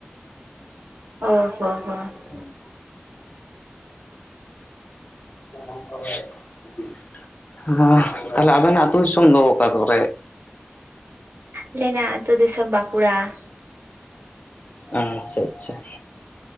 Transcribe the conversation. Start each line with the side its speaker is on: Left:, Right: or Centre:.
Right: <unintelligible>
Left: <unintelligible> <unintelligible> <unintelligible> ᱦᱩᱸ ᱛᱟᱦᱚᱞᱮ ᱟᱵᱮ ᱱᱟᱜ ᱟᱹᱛᱩ ᱫᱤᱥᱚᱢ ᱫᱚ ᱚᱠᱟ ᱠᱚᱨᱮ?
Right: ᱟᱞᱤᱧᱟᱜ ᱟᱹᱛᱩ ᱫᱤᱥᱚᱢ ᱵᱟᱸᱠᱩᱲᱟ ᱾
Left: ᱟᱪᱪᱷᱟ ᱟᱪᱪᱷᱟ ᱾